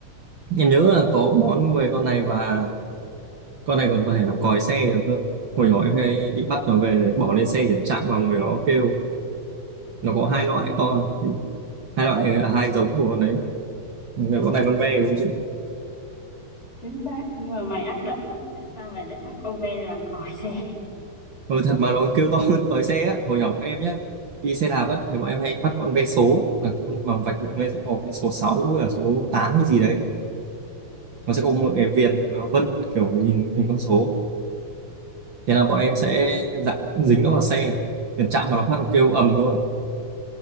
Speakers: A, on the right (about 55°); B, on the left (about 15°).
A: em nhớ là có món về con này và con này còn có thể làm còi xe được cơ. Hồi nhỏ em hay bị bắt nó về để bỏ lên xe để chạm vào người nó kêu. Nó có hai loại
B: éo ăn
A: con hai loại à, hai giống của con đấy Người con này con ve đúng không chị
B: chính xác nhưng mà mày ác độc quá tại sao mày lại bắt con ve làm còi xe
A: ừ, thật mà nó kêu to <laughs> hơn còi xe á hồi nhỏ bọn em nhá đi xe đạp á thì bọn em hay bắt con ve số là con mà vạch bụng lên sẽ có cái số 6 với cả số 8 hay gì đấy nó sẽ có một cái viền nó vân kiểu nhìn hình con số thế là bọn em
B: ừ.
A: sẽ dặn dính nó vào xe tiền chạm vào nó phát nó kêu ầm luôn